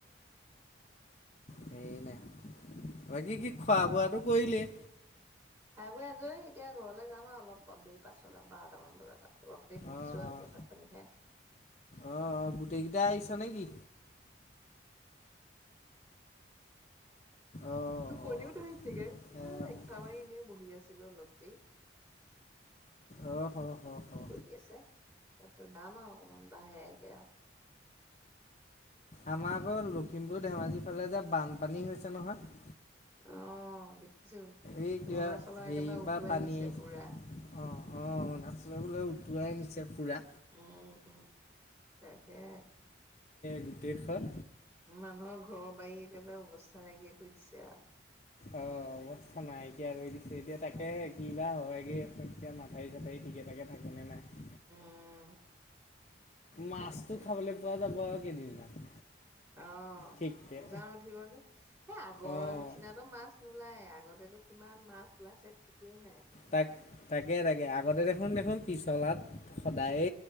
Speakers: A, on the left; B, on the right.
A: সেই নাই বাকী কি খোৱা বোৱাটো কৰিলেই।
B: খাই ব আজৰি এতিয়া ঘৰলৈ যাম আৰু অলপ দেৰি পাছত। বাৰটামান বজাত অলপ টাইম বহিছো
A: অ',
B: আৰু এতিয়া ভাত পানী খাই।
A: অ গোটেইকেইটাই আহিছ নেকি? অ',
B: টোপনিও
A: অ'।
B: ধৰিছেগে এই
A: এ অ',
B: লেকচা মাৰি এনে বহি আছিলো অলপ দেৰি।
A: অহ, অহ, অ'অ।
B: কৰি আছে তাৰপিছত যাম আ অকমান লাহেকৈ আ।
A: আমাৰ আকৌ লখিমপুৰ ধেমাজিৰ ফালে যে বানপানী হৈছে নহয়।
B: অ দেখিছো
A: এই কিবা
B: অৰুণাচলৰ
A: হেৰিৰ
B: একেবাৰে উটুৱাই
A: পৰা পানী
B: নিছে
A: আহিছে
B: পুৰা।
A: অ', অ অৰুণাচলে বোলে উটোৱাই নিছে পুৰা।
B: উম তাকে।
A: গোটেই খন
B: মানুহৰ ঘৰৰ বাৰী একেবাৰে অৱস্থা নাইকিয়া কৰি দিছে আ।
A: অ অৱস্থা নাইকিয়া কৰি দিছে
B: আৰু
A: এতিয়া তাকে
B: উম
A: ক বা হয়গে। এতিয়া মাঠী চথাৰি ঠিকে থাকে থাকেনে নাই।
B: উম
A: মাছটো
B: তাকে
A: খাবলৈ পোৱা যাব আৰু কেইদিনমান।
B: অ
A: ঠিককে
B: ওজান উঠিব যে, এ আগৰ
A: অ'
B: নিচিনাতো মাছ নোলায় আগতে। দেচোন কিমান মাছ ওলাইছে ঠিকেই নাই।
A: তাক তাকে তাকে আগতে দেখোন দেখোন পিছলাত সদায়